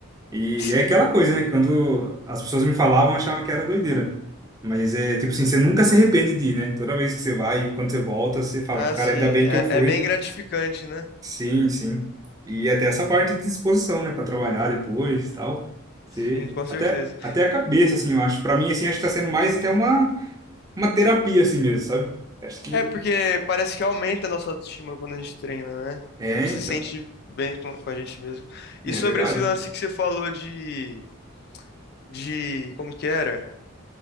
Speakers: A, on the right (about 15°); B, on the left (about 50°).
A: E,
B: <laughs>
A: é aquela coisa, né? Quando as pessoas me falavam, eu achava que era doideira. Mas é tipo assim, você nunca se arrepende de ir, né? Toda vez que você vai, quando você volta, você fala,
B: Ah,
A: cara,
B: sim,
A: ainda bem
B: é,
A: que eu fui.
B: é bem gratificante, né?
A: Sim, sim. E até essa parte de disposição, né? Para trabalhar depois, tal. Você...
B: Sim, com certeza.
A: Até, até a cabeça, assim, eu acho. Para mim, assim, acho que tá sendo mais até uma, uma terapia, assim mesmo, sabe? Acho que...
B: É porque parece que aumenta a nossa autoestima quando a gente treina, né?
A: É,
B: A gente
A: então.
B: se sente bem com, com a gente mesmo.
A: É
B: E sobre
A: verdade.
B: esse lance que você falou de de como que era?